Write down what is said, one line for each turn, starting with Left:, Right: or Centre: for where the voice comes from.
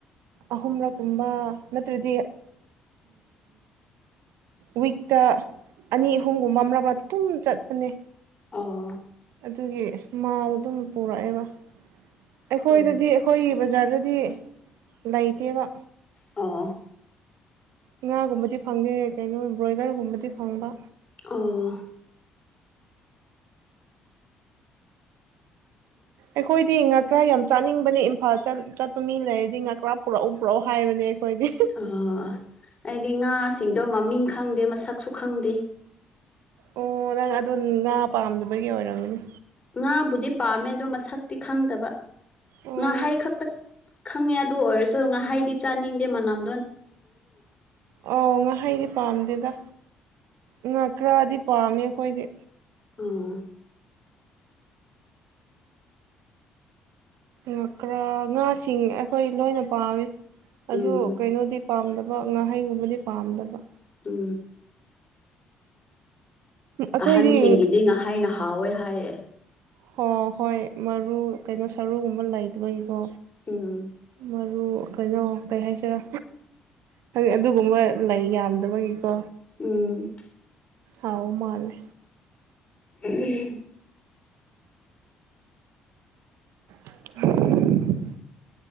Right: ꯑꯍꯨꯝꯔꯛꯀꯨꯝꯕ ꯅꯠꯇ꯭ꯔꯗꯤ ꯋꯤꯛꯇ ꯑꯅꯤ ꯑꯍꯨꯝꯒꯨꯝꯕ ꯑꯃꯛ ꯃꯔꯥꯛꯇ ꯑꯗꯨꯝ ꯆꯠꯄꯅꯦ
Left: ꯑꯥ
Right: ꯑꯗꯨꯒꯤ ꯃꯥꯗ ꯑꯗꯨꯝ ꯄꯨꯔꯛꯑꯦꯕ ꯑꯩꯈꯣꯏꯗꯗꯤ
Left: ꯎꯝ
Right: ꯑꯩꯈꯣꯏꯒꯤ ꯕꯖꯥꯔꯗꯗꯤ ꯂꯩꯇꯦꯕ
Left: ꯑ
Right: ꯉꯥꯒꯨꯝꯕꯗꯤ ꯐꯪꯗꯦ ꯀꯩꯅꯣ ꯏꯝꯕ꯭ꯔꯣꯏꯗꯔꯒꯨꯝꯕꯗꯤ ꯐꯪꯕ
Left: ꯑꯣ
Right: ꯑꯩꯈꯣꯏꯗꯤ ꯉꯥꯀ꯭ꯔꯥ ꯌꯥꯝ ꯆꯥꯅꯤꯡꯕꯅꯦ ꯏꯝꯐꯥꯜ ꯆꯠꯄ ꯃꯤ ꯂꯩꯔꯗꯤ ꯉꯥꯀ꯭ꯔꯥ ꯄꯨꯔꯛꯎ ꯄꯨꯔꯛꯎ ꯍꯥꯏꯕꯅꯦ ꯑꯩꯈꯣꯏꯗꯤ
Left: ꯑꯣ ꯑꯩꯗꯤ ꯉꯥꯁꯤꯡꯗꯣ ꯃꯃꯤꯡ ꯈꯪꯗꯦ ꯃꯁꯛꯁꯨ ꯈꯪꯗꯦ
Right: ꯑꯣ ꯅꯪ ꯑꯗꯣ ꯉꯥ ꯄꯥꯝꯗꯕꯒꯤ ꯑꯣꯏꯔꯝꯒꯅꯤ
Left: ꯉꯥꯕꯨꯗꯤ ꯄꯥꯝꯃꯦ ꯑꯗꯣ ꯃꯁꯛꯇꯤ ꯈꯪꯗꯕ
Right: ꯑꯣ
Left: ꯉꯥ ꯍꯩ ꯈꯛꯇ ꯈꯪꯉꯦ ꯑꯗꯨ ꯑꯣꯏꯔꯁꯨ ꯉꯥꯏꯍꯥꯏꯗꯤ ꯆꯥꯅꯤꯡꯗꯦ ꯃꯅꯝ
Right: ꯑꯣ ꯉꯍꯩꯗꯤ ꯄꯥꯝꯗꯦꯗ ꯉ ꯈꯔꯗꯤ ꯄꯥꯝꯃꯦ ꯑꯩꯈꯣꯏꯗꯤ
Left: ꯑꯣ
Right: ꯉꯀ꯭ꯔꯥ ꯉꯥꯁꯤꯡ ꯑꯩꯈꯣꯏ ꯂꯣꯏꯅ ꯄꯥꯝꯃꯤ ꯑꯗꯨ
Left: ꯎꯝ
Right: ꯀꯩꯅꯣꯗꯤ ꯄꯥꯝꯗꯕ ꯉꯥꯍꯩꯒꯨꯝꯕꯗꯤ ꯄꯥꯝꯗꯕ
Left: ꯆ
Right: ꯑꯩꯈꯣꯏꯗꯤ
Left: ꯑꯍꯟꯁꯤꯡꯒꯤꯗꯤ ꯉꯥꯏꯍꯥꯏꯅ ꯍꯥꯎꯋꯦ ꯍꯥꯏꯌꯦꯦ
Right: ꯍꯣ ꯍꯣꯏ ꯃꯔꯨ ꯀꯩꯅꯣ ꯁꯔꯨꯒꯨꯝꯕ ꯂꯩꯗꯒꯤꯀꯣ
Left: ꯎꯝ
Right: ꯃꯔꯨ ꯑꯗꯨ ꯀꯩꯅꯣ ꯀꯩ ꯍꯥꯏꯁꯤꯔ ꯑꯗꯨꯒꯨꯝꯕ ꯂꯩ ꯌꯥꯝꯗꯕꯒꯤꯀꯣ
Left: ꯎꯝ
Right: ꯑꯥꯎ ꯑꯣ ꯃꯥꯅꯦ
Left: ꯎꯝ
Right: ꯎꯝ